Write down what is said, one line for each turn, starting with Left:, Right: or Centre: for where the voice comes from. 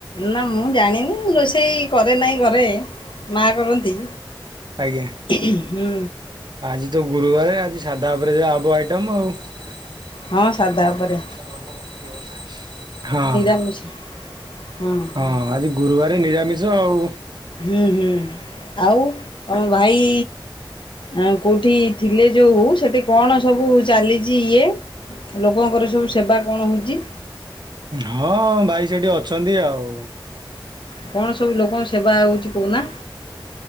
Left: ନା ମୁଁ ଜାଣିନି ରୋଷେଇ କରେ ନାହିଁ ଘରେ ମା କରନ୍ତି।
Right: ଆଜ୍ଞା।
Left: ହୁଁ
Right: ଆଜି ତ ଗୁରୁବାର ଆଜି ସାଧା ଉପରେ ଯାହା ହବ ଆଇଟମ ଆଉ। ହଁ।
Left: ହଁ ସାଧା ଉପରେ ସମିଛ। ହୁଁ।
Right: ହଁ ଆଜି ଗୁରୁବାର ନିରାମିଷ ଆଉ।
Left: ହୁଁ ହୁଁ ଆଉ ତମ ଭାଇ ଆ କୋଉଠି ଥିଲେ ଯୋଉ ସେଠି କଣ ସବୁ ଚାଲିଛି ଇଏ? ଲୋକଙ୍କର ସବୁ ସେବା କଣ ହେଉଛି?
Right: ହଁ ଭାଇ ସେଠି ଅଛନ୍ତି ଆଉ।
Left: କଣ ସବୁ ଲୋକଙ୍କ ସେବା ହଉଛି କହୁନା?